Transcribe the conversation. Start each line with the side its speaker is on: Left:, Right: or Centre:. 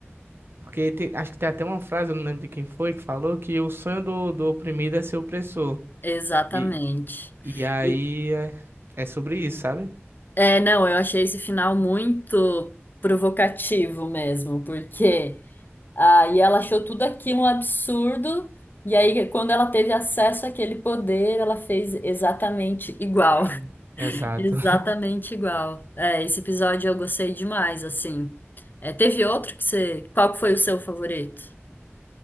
Right: Porque tem- acho que tem até uma frase, eu não lembro de quem foi, que falou que o sonho do, do oprimido é ser opressor.
Left: Exatamente.
Right: E, e aí
Left: E,
Right: é, é sobre isso, sabe?
Left: é, não, eu achei esse final muito provocativo mesmo, porque aí ela achou tudo aquilo um absurdo. E aí, quando ela teve acesso àquele poder, ela fez exatamente igual.
Right: Ah, Exato.
Left: Exatamente igual. É, esse episódio eu gostei demais, assim. É, teve outro que você. Qual que foi o seu favorito?